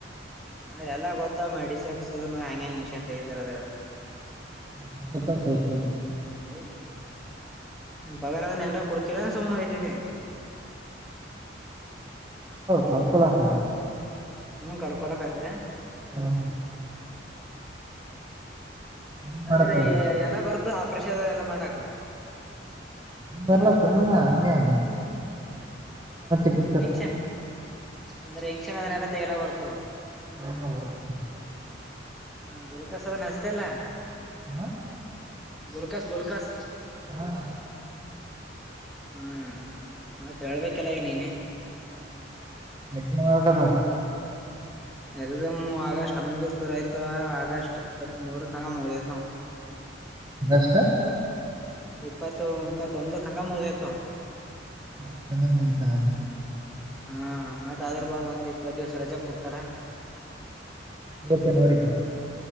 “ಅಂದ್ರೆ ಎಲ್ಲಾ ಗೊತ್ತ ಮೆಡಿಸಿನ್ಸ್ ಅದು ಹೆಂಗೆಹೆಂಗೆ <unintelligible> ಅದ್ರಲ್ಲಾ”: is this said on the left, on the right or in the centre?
Centre